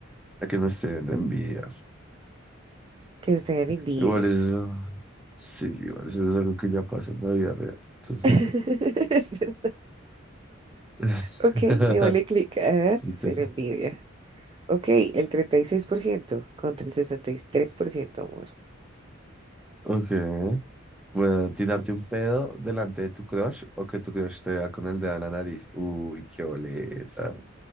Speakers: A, in the centre; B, on the right (about 25°).
A: a que no estén de envidia.
B: Que nos tengan envidia.
A: Igual eso, sí, igual eso es algo que ya pasa en la vida real, entonces...
B: <laughs> Es verdad.
A: <laughs>
B: Ok, démosle clic a
A: Chistoso.
B: ser envidia. Ok, el 36% contra el 63% amor.
A: Ok. Bueno, tirarte un pedo delante de tu crush o que tu crush te vea con el dedo en la nariz. Uy, qué boleta.